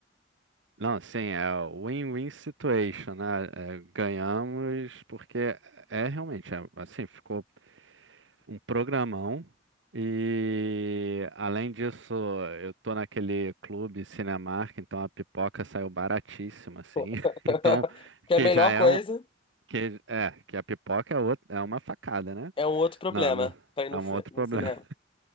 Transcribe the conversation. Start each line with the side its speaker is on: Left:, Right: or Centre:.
Right: não, sim, é o win-win situation, né? É, ganhamos porque é é realmente é, assim, ficou um programão. E além disso, eu tô naquele clube Cinemark, então a pipoca saiu baratíssima, assim.
Left: <laughs>
Right: <laughs> Então,
Left: Que é
Right: que
Left: a melhor
Right: já é
Left: coisa
Right: um. Que, é, que a pipoca é, outra, é uma facada, né?
Left: é um outro problema
Right: Não, não,
Left: para ir no,
Right: é um
Left: fi-
Right: outro
Left: no
Right: problema.
Left: cinema.
Right: <laughs>